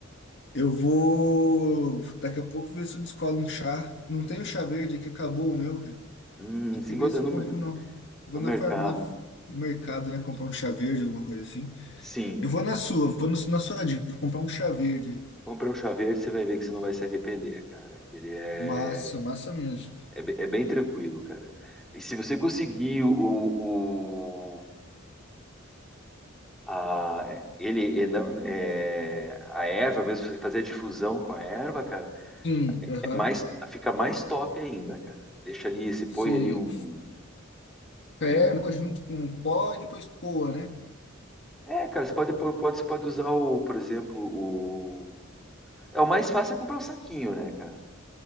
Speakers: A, on the left; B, in the centre.
A: Eu vou daqui a pouco ver se eu descolo um chá. Não tem o chá verde aqui, acabou o meu, cara.
B: hum,
A: Tem
B: se
A: que ver
B: encontra
A: se
B: no,
A: eu compro,
B: mer-
A: não. Vou
B: no mercado.
A: na, far- na, no mercado, né? Comprar um chá verde, alguma coisa assim.
B: Sim.
A: Eu vou na sua, vou no- na sua dica, comprar um chá verde.
B: Compra um chá verde, você vai ver que você não vai se arrepender, cara. Que ele é
A: Massa, massa mesmo.
B: É, be- é bem tranquilo, cara. E se você conseguir o, o- a, é, ele, é, não- é, a erva, mesmo você fazer a difusão com a erva, cara,
A: Sim, aham.
B: é mais, fica mais top ainda, cara. Deixa ali, se põe
A: Você
B: ali um, põe
A: ferva
B: um.
A: junto com o pó e depois coa, né?
B: É, cara, você pode, pôr- pode, você pode usar o, por exemplo, o. É o mais fácil é comprar o saquinho, né, cara?